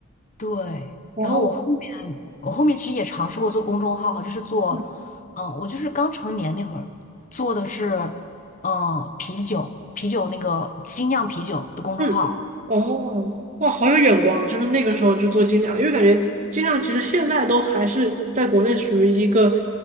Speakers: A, on the left; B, on the right.
A: 对，
B: 哦，
A: 然后我后面我后面其实也尝试过做公众号，就是做，
B: 嗯，
A: 嗯，我就是刚成年那会儿做的是，嗯，啤酒啤酒那个精酿啤酒的公众号。
B: 嗯哦，哇，好有眼光啊！就是那个时候就做精酿，因为感觉精酿其实现在都还是在国内属于一个